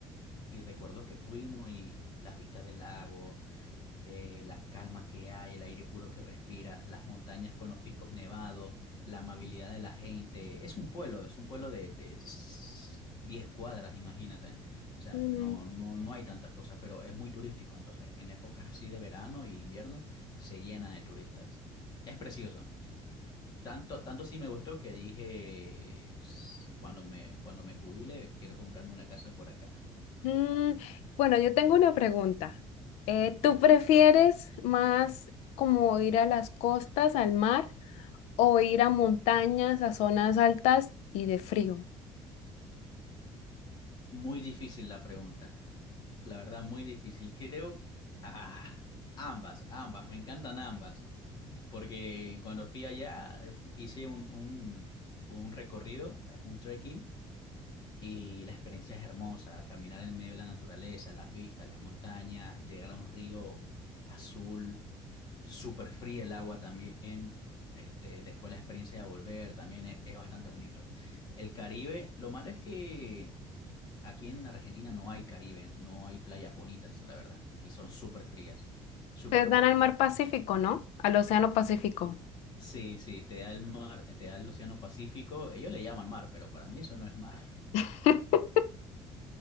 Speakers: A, on the left; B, on the left.
A: Y recuerdo que fuimos y las vistas del lago, eh, la calma que hay, el aire puro que respiras, las montañas con los picos nevados, la amabilidad de la gente. Es un pueblo, es un pueblo de, de s- 10 cuadras, imagínate. O sea,
B: ok.
A: no, no, no hay tantas cosas, pero es muy turístico. Entonces, en épocas así de verano y invierno, se llena de turistas. Es precioso. Tanto, tanto sí me gustó que dije, "S- cuando me, cuando me jubile, quiero comprarme una casa por acá.
B: Mm, bueno, yo tengo una pregunta. Eh,
A: Dime.
B: ¿tú prefieres más como ir a las costas, al mar, o ir a montañas, a zonas altas y de frío?
A: Muy difícil la pregunta. La verdad, muy difícil. Creo, ah, ambas, ambas, me encantan ambas. Porque cuando fui allá, eh, fu- hice un, un, un recorrido, eh, un trekking, y la experiencia es hermosa. Caminar en medio de la naturaleza, las vistas, las montañas, llegar a un río azul súper fría el agua también. Este, después la experiencia de volver también es, es bastante bonito. El Caribe, lo malo es que aquí en Argentina no hay Caribe, no hay playas bonitas, la verdad, y son súper frías, súper
B: Ustedes
A: frías.
B: dan al mar Pacífico, ¿no? Al Océano Pacífico.
A: Sí, sí, te da el mar, te da el océano Pacífico, ellos le llaman mar, pero para mí eso no es mar.
B: <laughs>